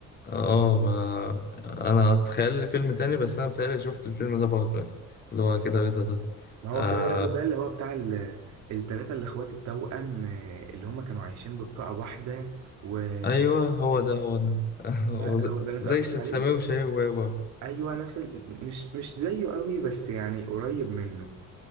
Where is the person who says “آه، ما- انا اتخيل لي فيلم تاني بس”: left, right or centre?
Left